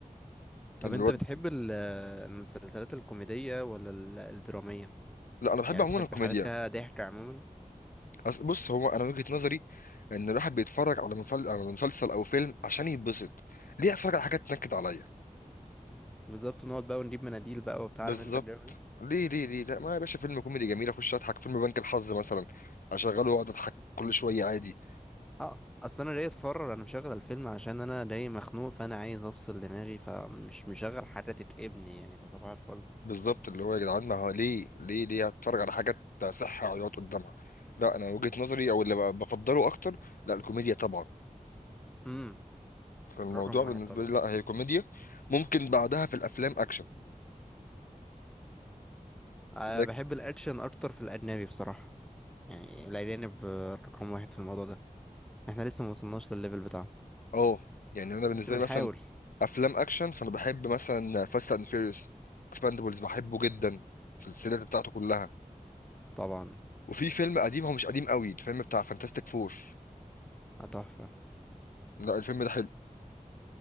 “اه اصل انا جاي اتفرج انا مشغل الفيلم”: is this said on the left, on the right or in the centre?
Centre